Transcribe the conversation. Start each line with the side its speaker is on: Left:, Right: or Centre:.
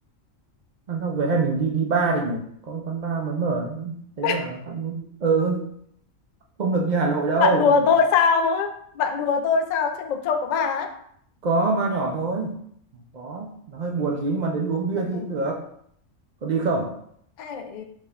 Right: ăn xong về hay mình đi đi bar đi nhỉ có cái quán bar mới mở thấy
Left: <laughs>
Right: bảo cũng ừ không được như Hà Nội đâu
Left: bạn đùa
Right: Mà
Left: tôi sao á? bạn đùa tôi sao trên mộc châu có bà á
Right: có bar nhỏ thôi có nó hơi buồn tí nhưng mà đến uống bia
Left: Thôi
Right: thì
Left: thôi.
Right: cũng được có đi không
Left: ai lại ừ,